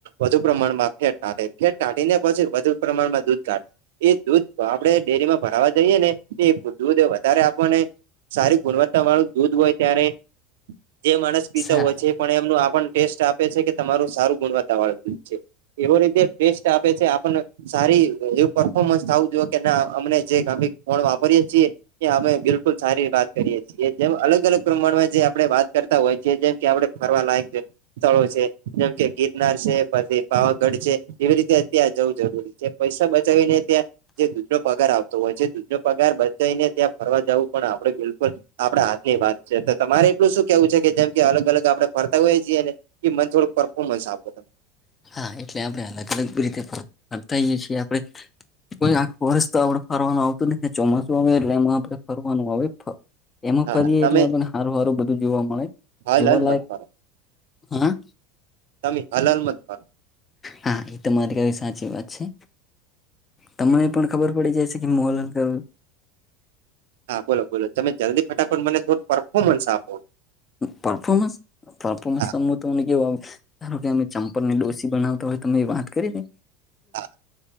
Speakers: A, on the right; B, on the left.
A: વધુ પ્રમાણમાં ફેટાટે ફેટ તાઢી ને પછી વધુ પ્રમાણમાં દૂધ ઘાટ એ દૂધ આપણે ડેરીમાં ભરાવા જઈએ ને એ દૂધ વધારે આપવાને સારી ગુણવત્તા વાળું દૂધ હોય ત્યારે જે માણસ પીતો
B: સારા
A: હોય છે પણ એમનું આ ટેસ્ટ આપે છે કે તમારું સારું ગુણવત્તા વાળ દ છે એવો રીતે ટેસ્ટ આપે છે આપણને સારી એવું પરફોર્મન્સ થું જો કે ના અમને જે કાી ફણ વાપરીયે છીએ એ અમે બિલકુલ સારી વાત કરીએ છીએ જેમ અલગ અલગ પ્રમાણમાં જે આપણે વાત કરતા હોય છ જેમ કે આપણે ફર લાયક છે સ્થળો છે જેમ કે ગિરનાર છે પછી પાવાગઢ છે એવી રીતે અત્યાં જવું જરૂરી છે જે પૈસા બચાવીને ત્યાં જે દૂધનો પગાર આવતો હોય છે દૂધનો પગાર બચાઈ ને ત્યાં ફરવા જવું પણ આપડે બિલકુલ આપડે હાથ ની વાત છે તો તમારે એટલું શું કેવું છે કે જેમ કે અલગ અલગ આપણે ફરતા હોય છીએ ને એ મને થોડું પરફોર્મન્સ આપો તો
B: હા એટલે આપણે અલગ અલગ રીતે ફરતાઈએ છીએ આપણે કોઈ આખુ વર્ષ તો આપડે ફરવાનું આવતું નહિ ચોમાસું આવે એટલે એમાં આપણે ફરવાનું આવે એમાં
A: હા
B: ફરીએ
A: તમે
B: એટલેને સારું સારું બધું જોવા મળે
A: હલ
B: જોવાલાયક
A: હલ મત કરો
B: હા
A: તમે હલાલ મત ખ
B: હા એ તો મારી કઈ સાચી વાત છે તમને પણ ખબર પડી જાય છે કે મોલર કયો
A: હા બોલો બોલો તમે જલ્દી ફટાફટ મને થોડું પરફોર્મન્સ આપો
B: પરફોર્મન્સ પરફોર્મન્સ
A: હા
B: તોને <inaudible> કેવા ધારો કે અમે ચંપલ ને ડોસી બનાવતા હોય તમે વાત કરી ને
A: હા